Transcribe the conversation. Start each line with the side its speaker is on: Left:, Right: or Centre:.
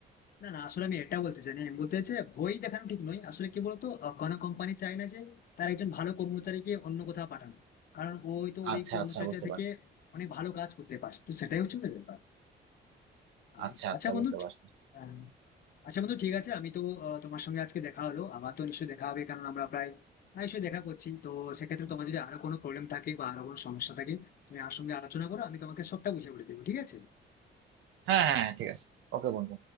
Left: না না আসলে আমি এটা বলতে চাই না আমি বলতে চাই ভয় দেখানো ঠিক নয় আসলে কি বলতো আহ, কোনো কোম্পানি চায় না যে তার একজন ভালো কর্মচারীকে অন্য কোথাও পাঠানো কারণ ওই তো ওই
Right: আচ্ছা
Left: কর্মচারীটা
Right: আচ্ছা বুঝতে
Left: থেকে
Right: পারছি
Left: অনেক ভালো কাজ করতে পারে তো সেটাই হচ্ছে ওদের ব্যাপার আহ,
Right: আচ্ছা আচ্ছা
Left: আচ্ছা বন্ধু
Right: বুঝতে পারছি
Left: আহ, আচ্ছা বন্ধু ঠিক আছে আমি তো আহ, তোমার সঙ্গে আজকে দেখা হলো আমার তো নিশ্চয়ই দেখা হবে কারণ আমরা প্রায় নিশ্চয়ই দেখা করছি তো সেক্ষেত্রে তোমার যদি আরো কোনো প্রবলেম থাকে বা আরো কোনো সমস্যা থাকে তুমি আমার সঙ্গে আলোচনা করো আমি তোমাকে সবটা বুঝিয়ে বলে দেবো ঠিক আছে
Right: হ্যাঁ হ্যাঁ হ্যাঁ, ঠিক আছে ওকে বন্ধু